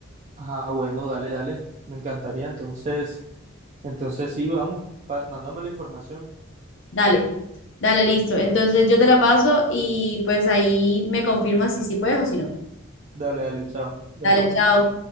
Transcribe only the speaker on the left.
Dale, dale, listo. Entonces, yo te la paso y pues ahí me confirmas si sí puedes o si no.
Dale, chao.